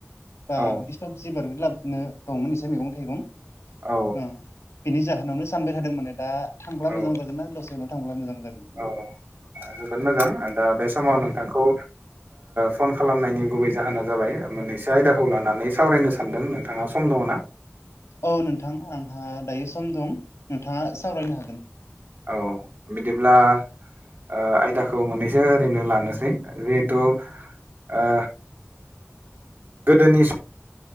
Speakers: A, on the left; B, on the right.
A: बा
B: औ
A: बिदि सबजि <unintelligible> लाबनो दंमोन इसै मैगं थाइगं।
B: औ
A: ओ बेनि जाहोनावनो सानबाय थादों माने दा थांब्ला
B: औ
A: मोजां जागोन ना दसे उनाव थांब्ला मोजां जागोन?
B: औ जोबोद मोजां दा बे समाव
A: औ
B: नोंथांखौ फन खालामनायनि गुबै जाहोना जाबाय मोननैसो आयदाखौ लानानै सावरायनो सानदों नोंथाङा सम दङ ना?
A: औ नोंथां आंहा दायो सम दं नोंथाङा सावरायनो हागोन।
B: औ बिदिब्ला ओ आयदाखौ मोननैसो ओरैनो लानोसै जिहेथु ओ गोदोनि